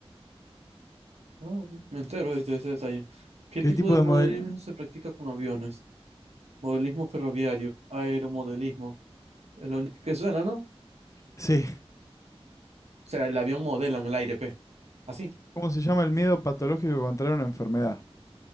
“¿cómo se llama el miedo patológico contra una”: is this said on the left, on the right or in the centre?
Left